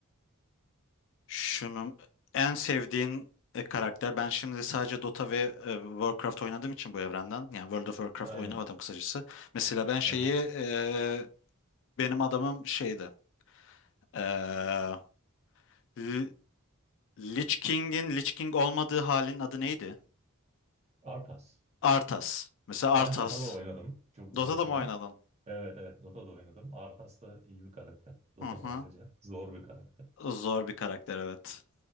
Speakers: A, on the left (about 60°); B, on the right (about 30°).
A: şunu en sevdiğin e, karakter. Ben şimdi sadece Dota ve e, Warcraft oynadığım için bu evrenden. Yani World of Warcraft
B: Aynen.
A: oynamadım kısacası. Mesela ben şeyi
B: Aha.
A: e, benim adamım şeydi. Eee L- Lich King'in Lich King olmadığı halin adı neydi?
B: Arpas.
A: Arthas. Mesela
B: Ben
A: Arthas.
B: Dota'da oynadım çok
A: Dota'da
B: uzun süre.
A: mı oynadın?
B: Evet evet Dota'da oynadım. Arthas da iyi bir karakter. Dota
A: Hı hı.
B: da ayrıca zor bir karakter.
A: Zor bir karakter evet.